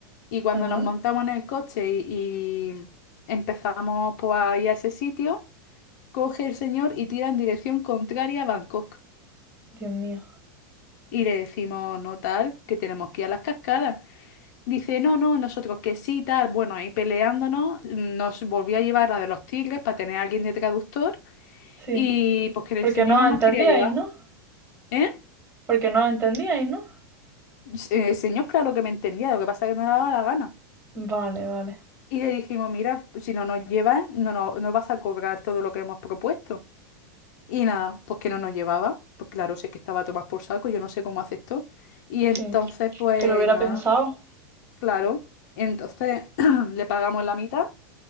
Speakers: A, on the left; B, on the right.
A: Y cuando
B: Ah,
A: nos montamos en el coche y, y empezamos pues, a ir a ese sitio, coge el señor y tira en dirección contraria a Bangkok.
B: Dios mío.
A: Y le decimos, no tal, que tenemos que ir a las cascadas. Dice, no, no, nosotros que sí, tal. Bueno, ahí peleándonos, nos volvió a llevar la de los tigres para tener a alguien de traductor.
B: Sí,
A: Y pues que
B: porque
A: el señor
B: no
A: no
B: entendíais,
A: nos quería llevar,
B: ¿no?
A: ¿eh?
B: Porque no entendíais, ¿no?
A: Se- El señor, claro que me entendía, lo que pasa es que no le daba la gana.
B: Vale, vale.
A: Y le dijimos, mira, si no nos llevas, no, no, no vas a cobrar todo lo que hemos propuesto. Y nada, pues que no nos llevaba, pues claro, sé que estaba a tomar por saco, yo no sé cómo aceptó. Y entonces,
B: Sí,
A: pues
B: que lo hubiera
A: nada,
B: pensado.
A: claro, entonces <clears throat> le pagamos la mitad